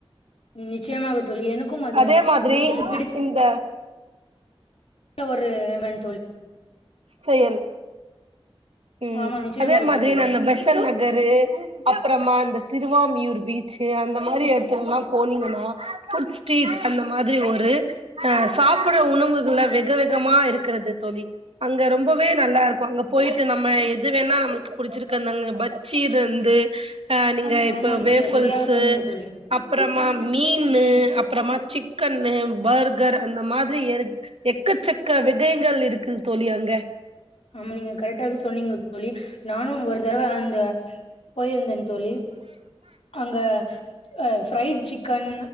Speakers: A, on the left; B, on the right.
A: ம், நிச்சயமாக தோழி எனக்கும் அது
B: அதே மாத்ரி
A: மிகவும் பிடித்த
B: இந்த
A: ஒரு வென்
B: செயல் ம்
A: ஆமா நிச்சயமாக
B: அதே மாத்ரி
A: தோழி
B: அந்த பெசல் நகரு அப்றமா இந்த திருவாமியூர் பீச்சு அந்த மாரி எட் துல்லா போனீங்கன்னா புஸ்டீட் அந்த மாத்ரி ஒரு சாப்புட்ட உணவுகள விகவிகமா இருக்குறது தோழி அங்க ரொம்பவே நல்லா இருக்கு அங்க போயிட் நம்ம எது வேணா நம்மளுக்கு புடிச்சிருக் கண்ணங்க பச்சீது வந்து அ நீங்க இப்ப
A: ஆமா நீங்க
B: வேஃபுல்ஸு
A: சரியாக சொன்னீங்க தோழி
B: அப்றமா மீன்னு அப்றமா சிக்கனு பர்கர் அந்த மாரி எக்கச்சக்க விகைகள் இருக்குது தோழி அங்க
A: ஆமா நீங்க கரெக்டாக சொன்னீங்க சொல்லி நானு ஒரு தரவ அந்த போயிருந்தன் தோழி அங்க அஹ பிரைட் சிக்கன்